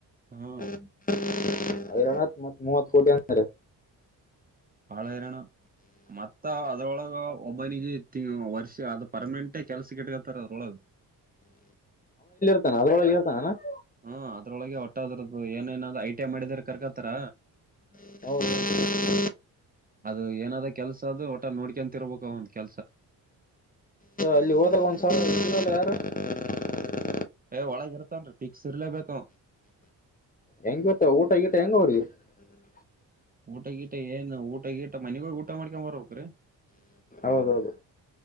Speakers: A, on the right (about 20°); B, on the left (about 15°).
A: ಹಾ
B: <unintelligible> ಮತ್ತ್ ಮೂವತ್ ಕೋಟಿ ಅಂದಾರೆ.
A: ಬಾಳ <unintelligible> ಮತ್ತ ಅದ್ರೊಳಗ ಒಬ್ಬನಿಗೆ <unintelligible> ವರ್ಷ ಅದು ಪರ್ಮ <unintelligible> ಮಟ್ಟೆ <unintelligible> ಕೆಲ್ಸಕಿಟ್ಕತ್ತರೆ ಅದ್ರೊಳಗ.
B: <unintelligible>
A: ಹ್ಮ ಅದ್ರೊಳಗೆ ಒಟ್ಟದ್ರದ್ದು <unintelligible> ಏನ ಏನಾದ್ ಐಟಂ <unintelligible> ಮಾಡಿದ್ರ ಕರ್ಕತಾರ.
B: <inaudible>
A: ಅದು ಏನಾದ ಕೆಲ್ಸ ಅದು ಒಟ <unintelligible> ನೋಡ್ಕಂತರ್ಬೇಕ ಒಂದ ಕೆಲ್ಸ
B: ಅಲ್ಲಿ ಹೋದಾಗ ಒಂದ್ಸಲ ಯಾರು <unintelligible>
A: ಏ ಒಳಗ ಇರ್ತನ್ರಿ <unintelligible> ಪಿಕ್ಸ್ ಇರ್ಲೇಬೇಕು <unintelligible>
B: ಹೆಂಗಿರ್ತ <unintelligible>
A: ಊಟ ಗೀಟ ಏನ್ ಊಟ ಗೀಟ ಮನೆಗೋಗ ಊಟ ಮಾಡ್ಕೊಂಡ. <unintelligible>
B: ಹೌದೌದು